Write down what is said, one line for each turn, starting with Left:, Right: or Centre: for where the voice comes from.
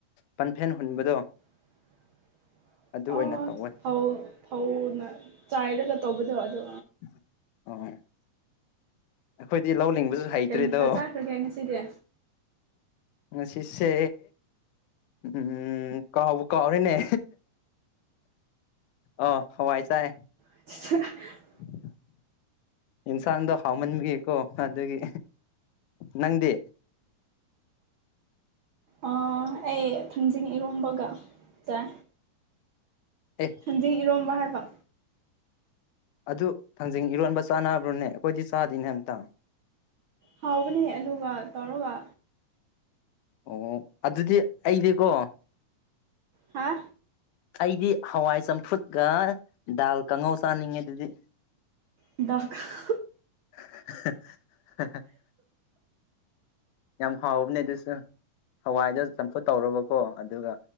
Left: ꯄꯟꯐꯦꯟ ꯍꯨꯟꯕꯗꯣ
Right: <inaudible>
Left: ꯑꯗꯨ ꯑꯣꯏꯅ
Right: ꯑꯣ
Left: ꯇꯧꯋ‌ꯦ
Right: ꯐꯧ ꯐꯧꯅ ꯆꯥꯏꯔꯒ ꯇꯧꯕꯗꯣ ꯑꯗꯣ
Left: <unintelligible> ꯑꯩꯈꯣꯏꯗꯤ ꯂꯧ ꯂꯤꯡꯕꯁꯨ ꯍꯩꯇ꯭ꯔꯦꯗꯣ
Right: ꯀꯩ ꯃꯊ‌ꯦꯜ ꯆꯥꯈ꯭ꯔꯒꯦ ꯉꯁꯤꯗꯤ
Left: ꯉꯁꯤꯁꯦ ꯎꯝ ꯀꯕꯨ ꯀꯥꯎ ꯍꯣꯏꯅꯦ ꯑꯣ ꯍꯋꯥꯏ ꯆꯥꯏ
Right: <unintelligible>
Left: <inaudible> ꯌꯦꯟꯁꯥꯡꯗꯣ ꯍꯥꯎꯃꯟꯕꯒꯤꯀꯣ ꯑꯗꯨꯒꯤ ꯅꯪꯗꯤ
Right: ꯑꯥ ꯑꯩ ꯊꯥꯡꯖꯤꯡ ꯏꯔꯣꯝꯕꯒ ꯆꯥꯏ
Left: ꯑꯦ
Right: ꯊꯥꯡꯖꯤꯡ ꯏꯔꯣꯝꯕ ꯍꯥꯏꯕ
Left: ꯑꯗꯨ ꯊꯥꯡꯖꯤꯡ ꯏꯔꯣꯟꯕ ꯆꯥꯅꯕ꯭ꯔꯣꯅꯦ ꯑꯩꯈꯣꯏꯗꯤ ꯆꯥꯗꯤꯅꯦ ꯑꯝꯇ
Right: ꯍꯥꯎꯕꯅꯦ ꯑꯂꯨꯒ ꯇꯧꯔꯒ
Left: ꯑꯣ ꯑꯗꯨꯗꯤ ꯑꯩꯗꯤꯀꯣ
Right: ꯍꯥ
Left: ꯑꯩꯗꯤ ꯍꯋꯥꯏ ꯆꯝꯐꯨꯠꯀ ꯗꯥꯜ ꯀꯥꯡꯍꯧ ꯆꯥꯅꯤꯡꯉꯦ ꯑꯗꯨꯗꯤ
Right: ꯗꯥꯜ ꯈꯥ
Left: <unintelligible> ꯌꯥꯝ ꯍꯥꯎꯕꯅꯦ ꯑꯗꯨꯁꯨ ꯍꯋꯥꯏꯗꯣ ꯆꯝꯐꯨꯠ ꯇꯧꯔꯕꯀꯣ ꯑꯗꯨꯒ